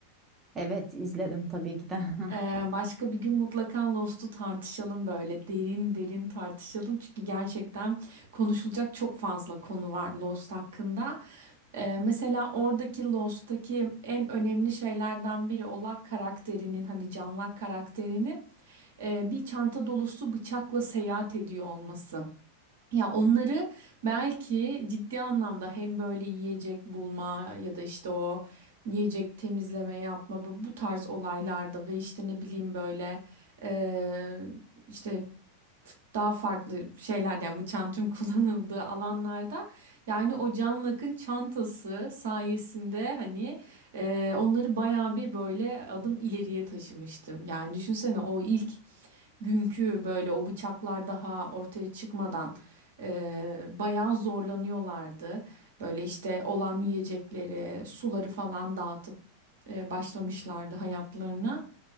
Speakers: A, on the right; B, on the right.
A: Evet izledim tabii ki de. <laughs>
B: Ee, başka bir gün mutlaka Lost'u tartışalım böyle derin derin tartışalım çünkü gerçekten konuşulacak çok fazla konu var Lost hakkında. Ee, mesela oradaki Lost'taki en önemli şeylerden biri Olak karakterinin hani Canlak karakterinin e, bir çanta dolusu bıçakla seyahat ediyor olması. Ya onları belki ciddi anlamda hem böyle yiyecek bulma ya da işte o yiyecek temizleme yapma bu, bu tarz olaylarda ve işte ne bileyim böyle eee, işte daha farklı şeylerden bu çantum <laughs> kullanıldığı alanlarda yani o Can Lak'ın çantası sayesinde hani e, onları bayağı bir böyle adım ileriye taşımıştım. Yani düşünsene o ilk günkü böyle o bıçaklar daha ortaya çıkmadan e, bayağı zorlanıyorlardı. Böyle işte olan yiyecekleri, suları falan dağıtıp e, başlamışlardı hayatlarına.